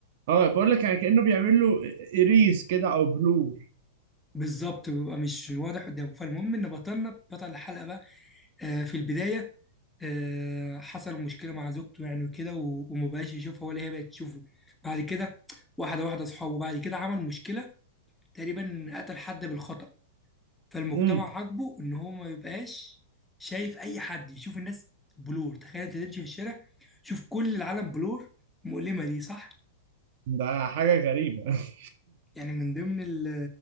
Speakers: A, on the right; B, in the centre.
A: اه بقول لك يعني كأنه بيعمل له اريز كده او بلور
B: بالظبط بيبقى مش واضح قدامه فالمهم ان بطلنا بطل الحلقه بقى آه، في البدايه آه، حصل مشكله مع زوجته يعني وكده و- ومبقاش يشوفها ولا هي بقت تشوفه بعد كده واحده واحده اصحابه بعد كده عمل مشكله تقريبا قتل حد بالخطأ فالمجتمع
A: امم
B: عاجبه ان هو ما يبقاش شايف اي حد يشوف الناس بلور تخيل انت تمشي في الشارع شوف كل العالم بلور مؤلمه دي صح
A: ده حاجة غريبة <laughs>
B: يعني من ضمن ال-